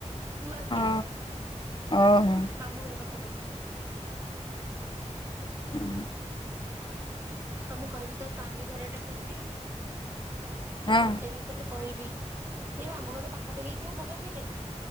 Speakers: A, on the right; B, on the left.
A: କୁଆଖିଆ
B: ହଁ ଓହୋ
A: ମାମୁଁ ଘର ପାଖାପାଖି।
B: ହୁଁ।
A: ତ ମୁଁ କହିବି ତା ସ୍ଵାମୀ ଘର ଟା କୋଉଠି <inaudible> ତାକୁ
B: ହଁ
A: ପଚାରି କି ତତେ କହିବି ସେଇ ମାମୁଁ ଘର ପାଖାପଖି ହେଇଥିବ ମତେ ଲାଗୁଛି